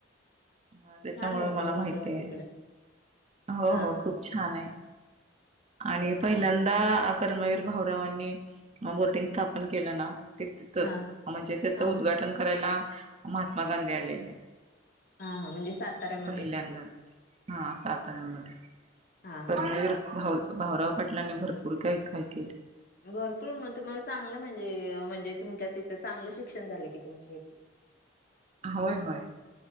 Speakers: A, on the right; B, on the left.
A: हा त्यांच्यामुळे
B: छान आहे ना
A: मला
B: तुमचं
A: माहिती
B: मग
A: आहे.
B: तिकडं
A: हो
B: हा
A: हो खूप
B: हा
A: छान आहे. आणि
B: हा
A: पहिल्यांदा कर्मवीर भाऊरावांनी अ बोर्डिंग स्थापन केलं ना ते तीथच
B: हा
A: अ म्हणजे त्याचं
B: हा
A: उद्घाघाटन करायला महात्मा गांधी आलेले
B: हा हा म्हणजे साताऱ्यामध्ये.
A: पहिल्यांदा हा साताऱ्यामध्ये
B: हा हा
A: कर्मवीर भाऊ भाऊराव पाटलांने भरपूर काही काहीक
B: भरपूर म तुम्हाला चांगलं म्हणजे अ म्हणजे तुमच्या तिथं चांगलं शिक्षण झाले की तुमच्या ईथे.
A: होय होय